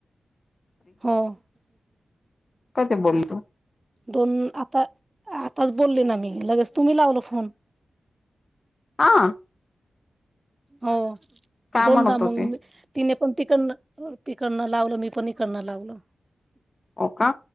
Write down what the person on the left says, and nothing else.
कध बोलतो.
आं
काय
म्हणत होती
ओ का